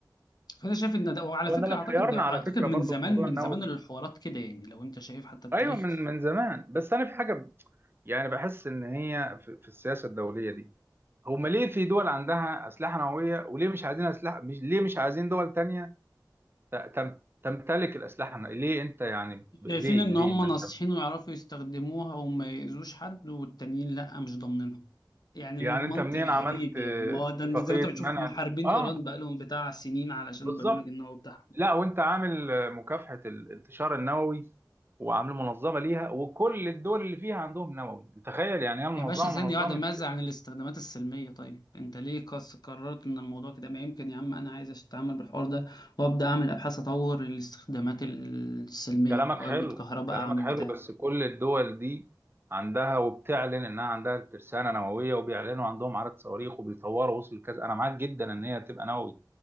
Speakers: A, on the left; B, on the right.
A: فانا شايف ان ده وعلى
B: وانا
A: فكره
B: لو
A: اعتقد
B: حيرنا
A: اعتقد
B: على فكره
A: من
B: برضو
A: زمان
B: في موضوع
A: من
B: النووي
A: زمان الحوارات كده يعني لو انت شايف حتى التاريخ
B: ايوه من من زمان بس انا في حاجه ب- يعني بحس ان هي في, في السياسه الدوليه دي هم ليه في دول عندها اسلحه نوويه وليه مش عايزين اسلحه مش ليه مش عايزين دول تانية ت- تم تمتلك الاسلحه النووية؟ ليه انت يعني ب- ليه
A: شايفين ان
B: ليه
A: هم
B: ما انت
A: ناصحين ويعرفوا يستخدموها وما يأذوش حد والتانيين لا مش ضامنينهم يعني
B: يعني
A: منطق
B: انت منين
A: غريب
B: عملت اه،
A: يعني ما هو ده
B: اتفاقيه
A: ده زي ما انت بتشوف
B: منع
A: محاربين
B: اه
A: ايران بقالهم بتاع سنين علشان
B: بالظبط
A: البرنامج النووي بتاعهم
B: لا وانت عامل آه، مكافحة الانتشار النووي وعامل منظمة ليها وكل الدول اللي فيها عندهم نووي تخيل يعني هي المنظمة
A: يا باشا ثانية
B: منظمة
A: واحدة ماذا عن الاستخدامات السلمية طيب انت ليه قص قررت ان الموضوع كده ما يمكن يا عم انا عايز اتعامل بالحوار ده وابدا اعمل ابحاث اطور الاستخدامات السلمية
B: كلامك
A: اقلد
B: حلو
A: كهرباء
B: كلامك
A: اعمل
B: حلو
A: بتاع
B: بس كل الدول دي عندها وبتعلن انها عندها ترسانه نوويه وبيعلنوا عندهم عدد صواريخ وبيطوروا وصل الكذا انا معاك جدا ان هي تبقى نووي